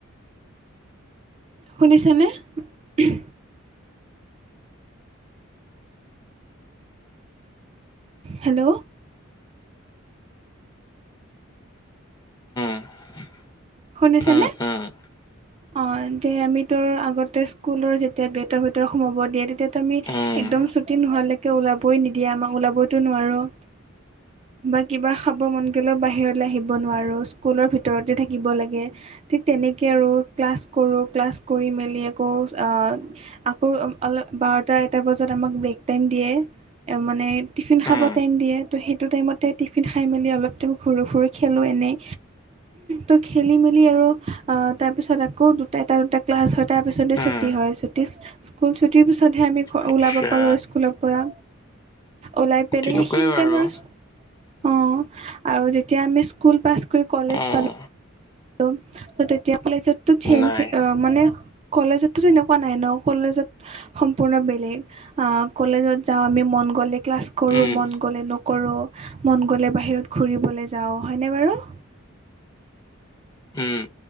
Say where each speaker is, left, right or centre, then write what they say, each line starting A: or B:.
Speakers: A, on the right; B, on the left.
A: শুনিছনে? উদ্‌মহ্‌ হেল্ল!
B: <inaudible>
A: শুনিছেনে?
B: উম, <inaudible>
A: অঁ--যে ভিতৰৰ আগতে স্কুলৰ যেতিয়া গেটৰ ভিতৰত সোমাব দিয়ে। তেতিয়াতো আমি
B: উম, উম,
A: একদম ছুটি নোহোৱালৈকে ওলাবই নিদিয়ে আমাক। ওলাবইটো নোৱাৰো বা কিবা খাব মন গ'লেও বাহিৰলে আহিব নোৱাৰো। স্কুলৰ ভিতৰতে থাক্ থাকিব লাগে। ঠিক তেনেকে আৰু ক্লাছ কৰোঁ, ক্লাছ কৰি মেলি আকৌ আ আকৌ অম- অল- বাৰটা এটা বজাত আমাক ব্ৰেক টাইম দিয়ে এ মানে টিফিন খাব
B: উম,
A: টাইম দিয়ে ত' সেইটো টাইমতে টিফিন খাই মেলি অলপ টো সৰু সৰু খেলো এনেই টো খেলি মেলি আৰু আ--তাৰপিছত আকৌ দুটা এটা দুটা ক্লাছ হয় তাৰ পিছতে
B: উম,
A: ছুটী হয়। ছুটি স্কুল ছুটিৰ পিছতহে আমি হ্
B: আচ্ছা
A: ওলাব পাৰোঁ আৰু স্কুলৰ পৰা। ওলাই পেলাই
B: তেনেকুৱাই
A: সেইখিনি
B: বাৰু
A: টাইম আৰু অঁ আৰু যেতিয়া আমি স্কুল পাছ কৰি কলেজ
B: উম,
A: পালোঁ দম ত ' তেতিয়া ক'লে যে তোৰ চেঞ্জচে
B: নাই
A: অঁ--মানে কলেজতটো তেনেকুৱা নাই ন'? কলেজত সম্পূৰ্ণ বেলেগ। আঁ কলেজত যাওঁ আমি মন গ'লে ক্লাছ কৰোঁ,
B: উম,
A: মন গ'লে নকৰোঁ, মন গ'লে বাহিৰত ঘূৰিবলৈ যাওঁ, হয়নে বাৰু?
B: উম,